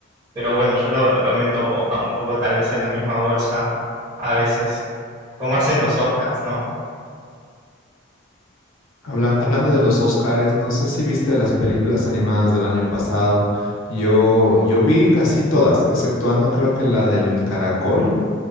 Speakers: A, on the right; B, on the left.
A: Pero bueno, yo lo, lo meto a un poco tal vez en la misma bolsa a veces, como hacen los Oscars, ¿no?
B: Hablan- hablando de los Oscars, no sé si viste las películas animadas del año pasado. Yo, yo vi casi todas, exceptuando creo que la del Caracol.